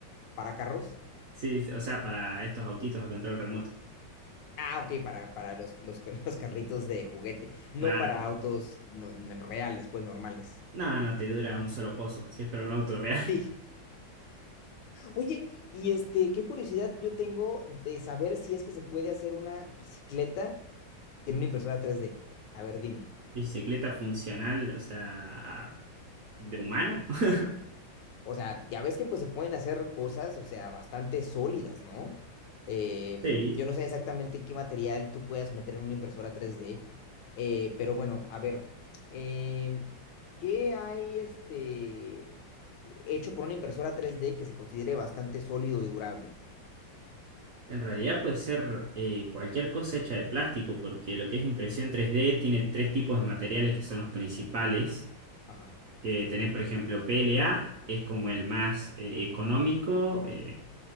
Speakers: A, on the left; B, on the right.
A: ¿Para carros?
B: Sí, o sea, para estos autitos a control remoto.
A: Ah, ok, para, para los, los, ca- <laughs> los carritos de juguete, no
B: Claro,
A: para
B: claro.
A: autos no- n- reales, pues normales.
B: No, no, te dura un solo pozo, si es para un auto real.
A: Sí. Oye, y este, qué curiosidad yo tengo de saber si es que se puede hacer una bicicleta en una impresora 3D. A ver, dime.
B: Bicicleta funcional, o sea, de humano. <laughs>
A: O sea, ya ves que pues se pueden hacer cosas, o sea, bastante sólidas, ¿no? Eh,
B: Sí,
A: yo no sé exactamente qué material tú puedas meter en una impresora tres d eh, pero bueno, a ver, eh, ¿qué hay este hecho por una impresora tres d que se considere bastante sólido y durable?
B: en realidad puede ser eh, cualquier cosa hecha de plástico, porque lo que es impresión tres d tiene tres tipos de materiales que son los principales.
A: Ajá.
B: que tenés, por ejemplo, PLA, que es como el más eh, económico, eh,